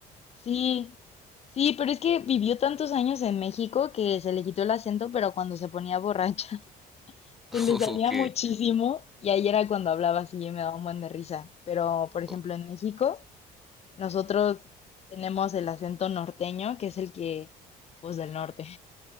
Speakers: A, on the left; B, in the centre.
A: Sí, sí, pero es que vivió tantos años en México que se le quitó el acento, pero cuando se ponía borracha <laughs> se
B: <laughs>
A: le salía
B: O que,
A: muchísimo y ahí era cuando hablaba así y me daba un buen de risa. Pero, por ejemplo,
B: o-
A: en México nosotros tenemos el acento norteño, que es el que, pues del norte.